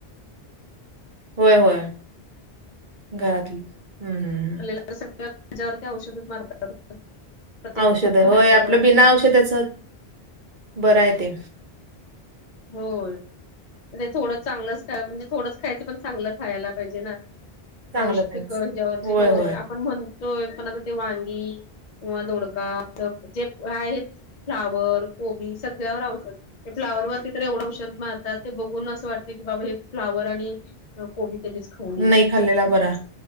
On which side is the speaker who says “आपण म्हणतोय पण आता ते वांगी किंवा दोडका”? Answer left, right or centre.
Left